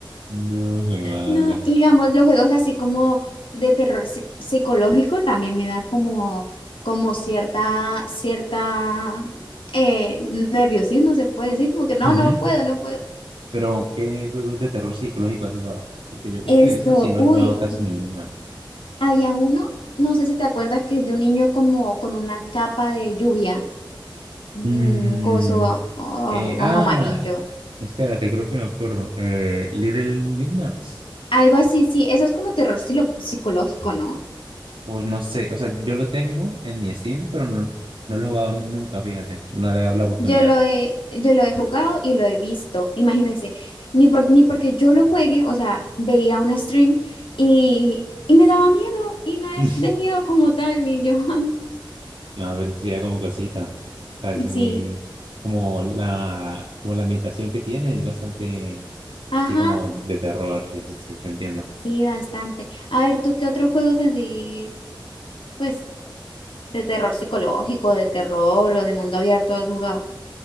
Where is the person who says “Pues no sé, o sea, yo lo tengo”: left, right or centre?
Right